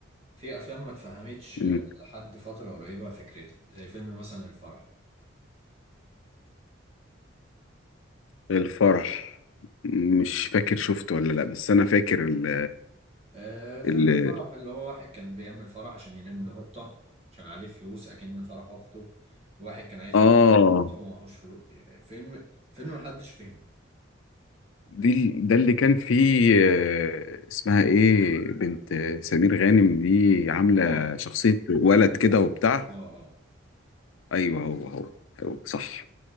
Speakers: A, on the right (about 35°); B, on the left (about 85°).
A: في أفلام ما اتفهمتش
B: مم.
A: لحد فترة قريبة فكرتها زي فيلم مثلا الفرح
B: الفرح مش فاكر شفته ولا لا بس انا فاكر ال
A: آه فيلم
B: ال
A: الفرح اللي هو واحد كان بيعمل فرح عشان يلم نقطة عشان عليه فلوس أكن فرح أخته واحد كان عايز
B: اه
A: يجيب بس هو معهوش فلوس فيلم فيلم محدش فهمه
B: دي ال- ده اللي كان فيه آه، اسمها ايه بنت سمير غانم دي عاملة
A: اه
B: شخصية ولد كده وبتاع
A: اه اه
B: ايوه هو هو هو صح